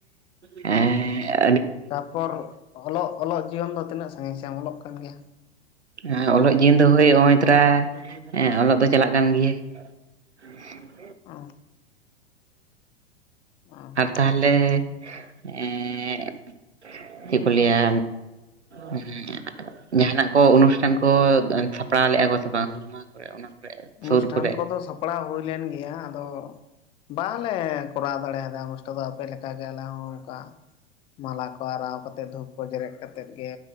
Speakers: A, on the right (about 80°); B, on the left (about 15°).
A: ᱮᱸ
B: ᱛᱟᱯᱚᱨ ᱚᱞᱚᱜ ᱚᱞᱚᱜ ᱡᱤᱭᱚᱱ ᱫᱚ ᱛᱤᱱᱟᱹᱜ ᱥᱟᱺᱜᱤᱧ ᱥᱮ ᱮᱢ ᱚᱞᱚᱜ? ᱠᱟᱱ ᱜᱮᱭᱟ
A: ᱦᱮᱸ ᱚᱞᱚᱜ ᱡᱤᱭᱚᱱ ᱫᱚ ᱦᱳᱭ ᱦᱚᱸᱜᱼᱚᱭ ᱛᱷᱚᱲᱟ ᱦᱮᱸ ᱚᱞᱚᱜ ᱫᱚ ᱪᱟᱞᱟᱜ ᱠᱟᱱ ᱜᱮᱭᱟ᱾ <inaudible>
B: ᱚ᱾ ᱚ
A: ᱟᱨ ᱛᱟᱦᱚᱞᱮ ᱮᱸ ᱪᱮᱫ ᱠᱚ ᱞᱟᱹᱭᱟ, ᱦᱩᱸ ᱾ ᱡᱟᱦᱟᱱᱟᱜ ᱠᱚ ᱚᱱᱩᱥᱴᱷᱟᱱ ᱠᱚ ᱮᱫ ᱥᱟᱯᱲᱟᱣ ᱞᱮᱜᱼᱟ ᱠᱚ ᱥᱮ ᱵᱟᱝ? ᱠᱚᱨᱮ ᱚᱱᱟ ᱠᱚᱨᱮ
B: ᱚᱱᱩᱥᱴᱷᱟᱱ
A: ᱥᱩᱨ ᱠᱚᱨᱮ
B: ᱠᱚᱫᱚ ᱥᱟᱯᱲᱟᱣ ᱦᱩᱭ ᱞᱮᱱ ᱜᱮᱭᱟ ᱟᱫᱚ ᱵᱟᱝᱞᱮ ᱠᱚᱨᱟᱣ ᱫᱟᱲᱮᱭᱟᱫᱟ ᱚᱱᱩᱥ ᱴᱟ ᱫᱚ ᱟᱯᱮ ᱞᱮᱠᱟᱜᱮ ᱟᱞᱮ ᱦᱚᱸ ᱚᱝᱠᱟ ᱾ ᱢᱟᱞᱟ ᱠᱚ ᱟᱨᱟᱣ ᱠᱟᱛᱮᱜ ᱫᱷᱩᱯ ᱠᱚ ᱡᱮᱨᱮᱫ ᱠᱟᱛᱮᱜ ᱜᱮ